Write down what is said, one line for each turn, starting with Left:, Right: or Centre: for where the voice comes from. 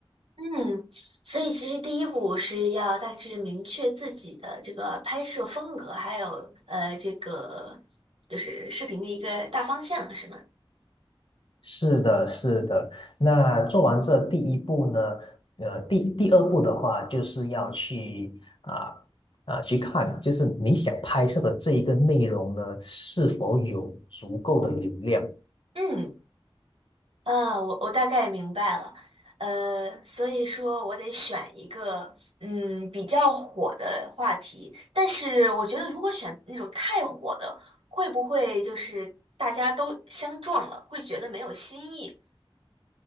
Right: 嗯，所以其实第一步是要大致明确自己的这个拍摄风格，还有呃这个就是视频的一个大方向，是吗？
Left: 是的，是的。那做完这第一步呢，呃，第第二步的话，就是要去啊啊、去看，就是你想拍摄的这一个内容呢，是否有足够的流量。
Right: 嗯。嗯，我我大概明白了，呃，所以说我得选一个嗯比较火的话题，但是我觉得如果选那种太火的，会不会就是大家都相撞了，会觉得没有新意？